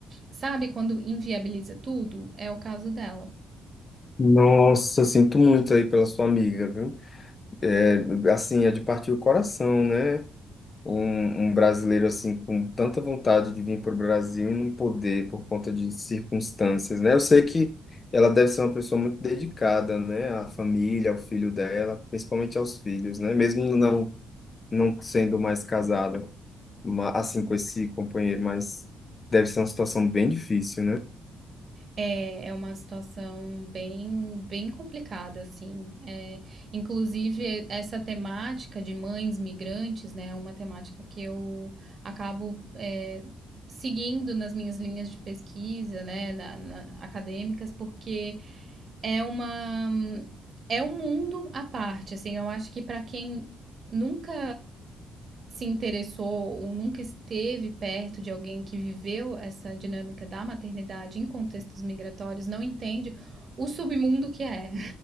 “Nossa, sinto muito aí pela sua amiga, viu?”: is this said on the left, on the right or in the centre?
Left